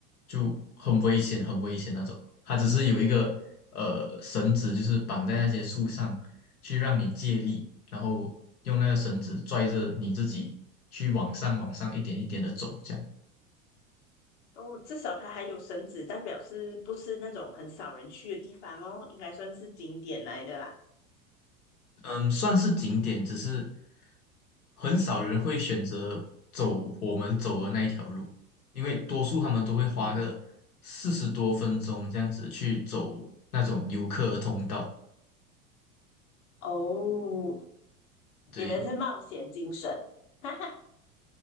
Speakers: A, on the left (about 80°); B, on the left (about 50°).
A: 就很危险，很危险那种。它只是有一个呃绳子，就是绑在那些树上，去让你借力，然后用那个绳子拽着你自己去往上、往上一点一点的走，这样。
B: 哦，至少它还有绳子，代表是不是那种很少人去的地方哦？应该算是景点来的啦。
A: 嗯，算是景点，只是很少人会选择走我们走的那一条路，因为多数他们都会花个四十多分钟这样子去走那种游客通道。
B: 嗯，哦，
A: 对，
B: 你们是冒险精神，<laughs> 哈哈。